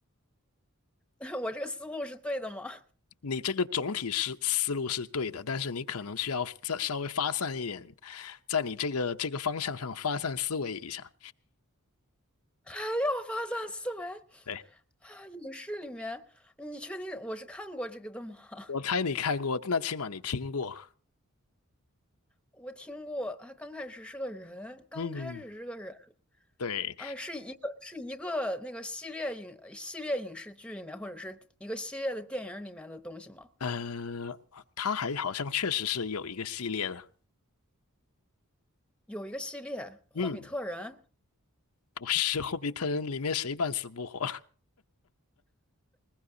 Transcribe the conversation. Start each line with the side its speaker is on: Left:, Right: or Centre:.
Centre: <laughs> 我这个思路是对的吗？
Left: 你这个总体是思路是对的，但是你可能需要再稍微发散一点，在你这个这个方向上发散思维一下。
Centre: 还要发散思维
Left: 对，
Centre: 啊！影视里面，你确定我是看过这个的吗？<laughs>
Left: 我猜你看过，那起码你听过。
Centre: 我听过，啊，刚开始是个人，刚开始是个人
Left: 嗯，对，
Centre: 啊，是一个是一个那个系列影系列影视剧里面，或者是一个系列的电影里面的东西吗？
Left: 呃，他还好像确实是有一个系列的。
Centre: 有一个系列《霍比特人》，
Left: 嗯，不是《<laughs> 霍比特人》里面谁半死不活